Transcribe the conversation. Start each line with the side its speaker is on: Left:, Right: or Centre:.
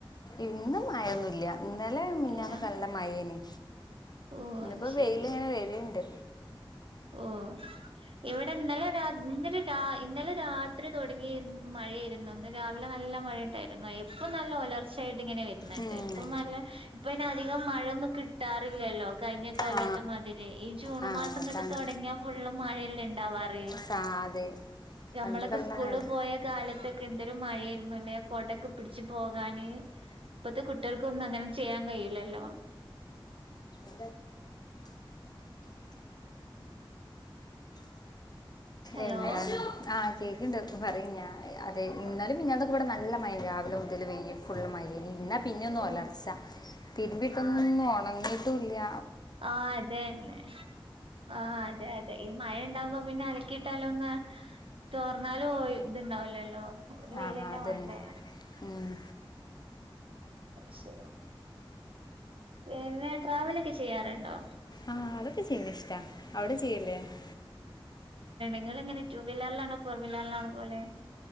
Left: ഇന്നും മഴൊന്നുല്ല ഇന്നലെ മിഞ്ഞാന്നൊക്കെ
Right: ഇല്ല
Left: നല്ല മഴേനി
Right: ഓ
Left: ഇന്നിപ്പോ
Right: അത് ശരി
Left: വെയിലങ്ങനെ വര്ണ്ട്
Right: ഓ ഇവിടെ ഇന്നല്ല രാ ഇന്നലെ രാ ഇന്നലെ രാത്രി തെടങ്ങി മഴയായിരുന്നു ഇന്ന് രാവിലെ നല്ല മഴയണ്ടായിരുന്നു ഇപ്പം നല്ല പുലർച്ചയായിട്ട് ഇങ്ങനെ വരുന്നുണ്ട്
Left: ഉം.
Right: ഇപ്പ നല്ല ഇപ്പ ന്നെധികം മഴൊന്നും കിട്ടാറില്ലല്ലോ കഴിഞ്ഞ കൊല്ലത്തെ
Left: ആ
Right: മാതിരി ഈ ജൂൺ
Left: ആ
Right: മാസം
Left: അതാണ്
Right: ങ്ങട്ട് തുടങ്ങിയാ ഫുള്ള് മഴയല്ല ഇണ്ടാവാറ്
Left: സാ അതെ
Right: നമ്മളൊക്കെ
Left: പണ്ടൊക്കെ എല്ലാം
Right: സ്കൂള്
Left: വേണ്ട
Right: പോയ കാലത്തൊക്കെ എന്ത ന്ത് മഴായ്രുന്നുല്ലേ കൊടക്കെ പിടിച്ച് പോകാന് ഇപ്പത്തെ കുട്ടികൾക്കൊന്നും അങ്ങനെ ചെയ്യാൻ കഴിയില്ലല്ലോ
Left: <unintelligible>
Right: ഹലോ
Left: എന്താ ആഹ് കേക്കണ്ട് പറയും ഞാ അതെ
Right: ഓ
Left: ഇന്നാലും മിഞ്ഞാന്നുക്ക്വടെ ന ല്ല മഴേനി രാവിലെ മുതൽ വെയ്കിട്ട് ഫുള്ള് മഴേ ന്ന പിന്നെ ഒന്ന്
Right: ഓ
Left: ഒലർച്ച തിര്മ്പിട്ടൊന്നും ഉണങ്ങിട്ടൂല്ല്യ
Right: ആഹ അതെന്നെ ആഹ അതെ അതെ ഈ മഴ ഉണ്ടാവുമ്പോ പിന്നെ അലക്കിയിട്ടാലൊന്ന് തോർന്നാലും പോയി ഇത്ണ്ടാവല്ലല്ലോ അയ്ന്
Left: ആ
Right: വെയിലന്ന
Left: അതന്നെ
Right: വേണ്ടേ
Left: ഉം.
Right: അശെ പിന്നെ ട്രാവലൊക്കെ ചെയ്യാറുണ്ടോ
Left: ആഹ് അതൊക്കെ ചെയ്യന്ന ഇഷ്ടാ അവിടെ ചെയ്യില്ലേ <inaudible>
Right: നിങ്ങളങ്ങനെ ടു വീലർലാണോ ഫോർ വീലർലാണോ പോവ്ലെ